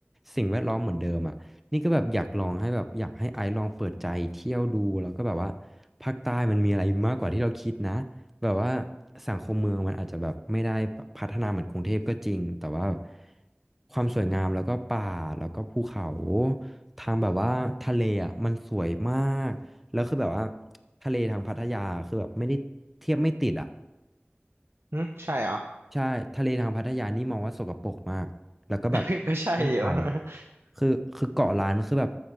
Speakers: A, in the centre; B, on the right.
A: สิ่งแวดล้อมเหมือนเดิมอ่ะนี่ก็แบบอยากลองให้แบบอยากให้ไอซ์ลองเปิดใจเที่ยวดูแล้วก็แบบว่าภาคใต้มันมีอะไรมากกว่าที่เราคิดนะแบบว่าสังคมเมืองมันอาจจะแบบไม่ได้แบบพัฒนาเหมือนกรุงเทพก็จริงแต่ว่าความสวยงามแล้วก็ป่าแล้วก็ภูเขาทางแบบว่าทะเลอ่ะมันสวยมากแล้วคือแบบว่าทะเลทางพัทยาคือแบบไม่ได้เทียบไม่ติดอ่ะ
B: หึใช่เหรอ
A: ใช่ทะเลทางพัทยานี่มองว่าสกปรกมากแล้วก็แบบ
B: <laughs> ก็ใช่อยู่
A: ไม่ไป
B: <laughs>
A: คือคือเกาะล้านคือแบบ